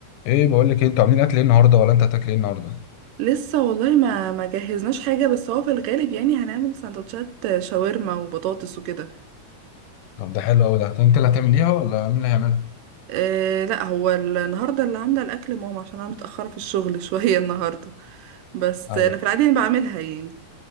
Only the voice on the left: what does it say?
ايه بقول لك إيه، انتوا عاملين اكل ايه النهارده ولا انت هتاكل ايه النهارده
طب ده حلو قوي ده طب انت اللي هتعمليها ولا مين اللي هيعملها
ايوه